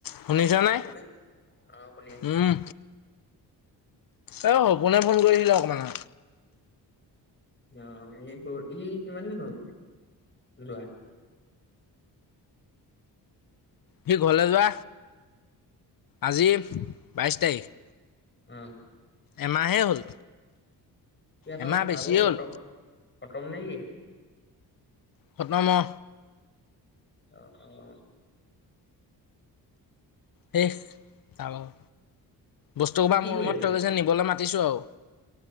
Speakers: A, on the left; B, on the left.
A: শুনিছানে?
B: শুনিছনে? অ' শুনি আছোঁ।
A: উম, এ সপোনে ফোন কৰিছিলে অকণমান আ
B: অ', এই গ, ই কিমান দিন হল যোৱা?
A: সি ঘৰলে যোৱা, আজি, বাইছ তাৰিখ।
B: উহ।
A: এমাহে হ'ল।
B: সি আকৌ
A: এমাহ
B: তাৰ
A: বেছিয়ে
B: ভাগৰ খতম
A: হ'ল।
B: খতম নে কি?
A: খতম অ'।
B: অ', অ', অ'।
A: শেষ তাৰ ভাগৰ। বস্তুসোপা
B: সি কি
A: মোৰ
B: কৰি
A: ৰুমত
B: আছিলে?
A: থৈ গৈছে, নিবলে মাত <unintelligible> আৰু।